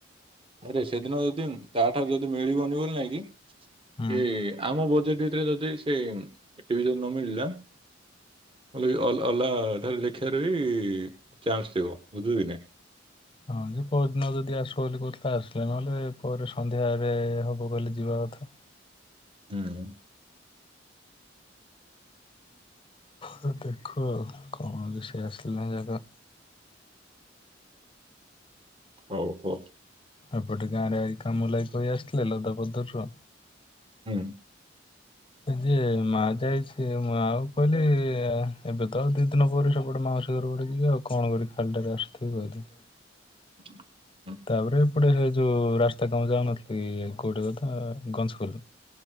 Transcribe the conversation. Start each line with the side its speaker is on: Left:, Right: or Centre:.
Right: ଆରେ ସେଦିନ ଯଦି ତା ଠାରୁ ଯଦି ମିଳିବନି ବୋଲି ନାଇଁ କି କି
Left: ହୁଁ।
Right: ଆମ ବଜେଟ୍ ଭିତରେ ଯଦି ସେ <unintelligible> ନ ମିଳିଲା ମୁଁ କହିଲି କି ଅଲ୍-ଅଲ୍ ଆ ଠାରେ ଦେଖିବାର ବି ଚାନ୍ସ ଥିବ, ବୁଝିବ କି ନାଇଁ।
Left: ହଁ ଯେ ପହଦିନ ଯଦି ଆସିବ ବୋଲି କହୁଥିଲା ଆସିଲେ ନହେଲେ ପରେ ସନ୍ଧ୍ୟା ରେ ହବ କହିଲେ ଯିବା କଥା।
Right: ହୁଁ।
Left: ତ ଦେଖ <unintelligible>
Right: ହଉ ହଉ।
Left: ଏପଟେ ଗାଁ ରେ ଆଜି କାମୁ ଲଗି କରି ଆସିଥିଲେ ଲଦା ପଦରରୁ
Right: ହୁଁ।
Left: ଯେ ମା ଯାଇଛି ମୁଁ ଆଉ କହିଲି ଏବେ ତ ଆଉ ଦି ଦିନ ପରେ ସେପଟେ ମାଉ ପଯିବି ଆଉ କଣ କର ଖାଲିଟାରେ ଆସିଥିବି କହିିବି।
Right: <inaudible>
Left: ତାପରେ ଏପଟେ ସେ ଯୋଉ ରାସ୍ତା କଣ ଯାଉନଥିଲ କି କୋଉଠି କଥା ଗଞ୍ଜକୁଲ।